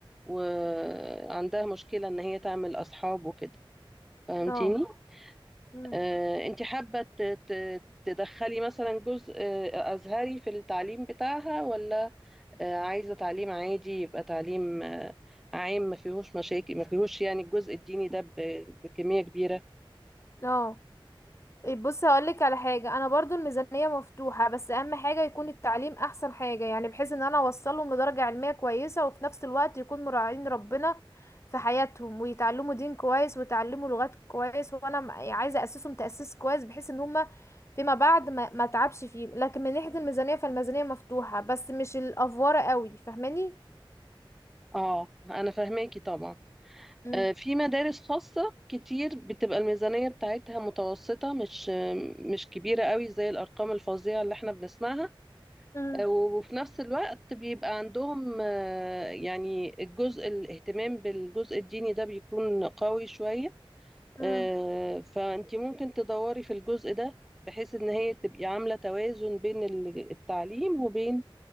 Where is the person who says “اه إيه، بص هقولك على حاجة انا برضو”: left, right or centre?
Left